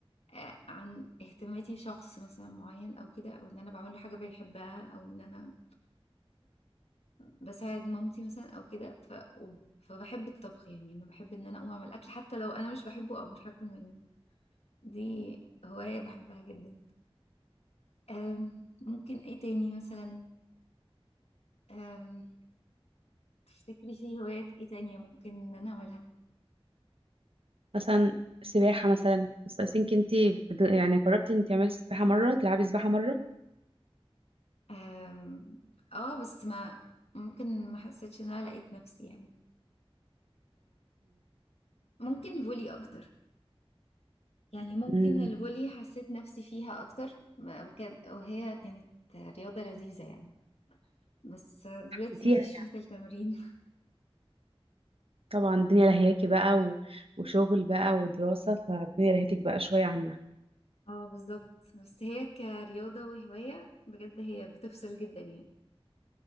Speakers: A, on the left; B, on the right.
A: آه، عن اهتماماتي بشخص مثلا معين او كده او ان انا بعمل له حاجة بيحبها او ان انا بساعد مامتي مثلا او كده ف... وب- فبحب الطبخ يعني انا بحب ان انا اقوم اعمل اكل حتى لو انا مش بحبه او مش هاكل منه دي هواية بحبها جدا أم... ممكن ايه تاني مثلا أم... تفتكري في هوايات ايه تانية ممكن ان انا اعملها
B: مثلا سباحة مثلا بس أسينك انت بت- يعني قربتي انت تعملي سباحة مرة تلعبي سباحة مرة
A: أم... اه بس ما ممكن ما حسيتش ان انا لقيت نفسي يعني فممكن فولي اكتر يعني ممكن
B: مم.
A: الفولي حسيت نفسي فيها اكتر ب- كان- وهي كانت رياضة لذيذة يعني بس دلوقتي
B: انتي
A: مفيش مثل تمرين
B: طبعا الدنيا لهياكي بقى و... وشغل بقى ودراسة فالدنيا لهيتك بقى شوية عنها
A: اه بالظبط بس هي كرياضة وهواية بجد هي بتفصل جدا يعني